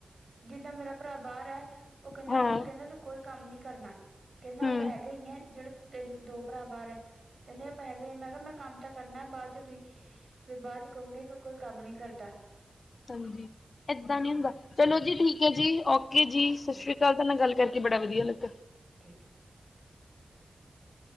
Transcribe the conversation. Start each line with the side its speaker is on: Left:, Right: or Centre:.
Right: ਜਿੱਦਾਂ ਮੇਰਾ ਭਰਾ ਬਾਹਰ ਆ ਉਹ ਕਹਿੰਦਾ
Left: ਹਾਂ,
Right: ਹੁਣ ਕਹਿੰਦਾ ਤੂੰ ਕੋਈ ਕੰਮ ਨੀ ਕਰਨਾ। ਕਹਿੰਦਾ,
Left: ਹੂੰ,
Right: ਆਪਾਂ ਹੈਗੇ ਈ ਆ ਜਿਹੜੇ ਤੂ ਤੇ ਦੋ ਭਰਾ ਬਾਹਰ ਐ, ਕਹਿੰਦੇ ਹੈਗੇ ਮੈਂ ਕਿਹਾ ਮੈਂ ਕੰਮ ਤਾਂ ਕਰਨਾ ਬਾਅਦ 'ਚ' ਤੁਸੀਂ ਫੇਰ ਬਾਅਦ 'ਚ' ਕਹੂੰਗੇ ਕਿ ਕੋਈ ਕੰਮ ਨੀ ਕਰਦਾ।
Left: ਹਾਂਜੀ, ਏਦਾਂ ਨੀ ਹੁੰਦਾ ਚਲੋ
Right: ਹਮ,
Left: ਜੀ ਠੀਕ ਐ ਜੀ, ਓਕੇ ਜੀ, ਸ਼ਾਸਰੀ
Right: ਠੀਕ
Left: ਕਾਲ, ਤੁਹਾ ਗੱਲ ਕਰਕੇ ਇਹ ਬੜਾ ਵਧੀਆ ਲੱਗਾ।
Right: ਠੀਕ। ' <inaudible>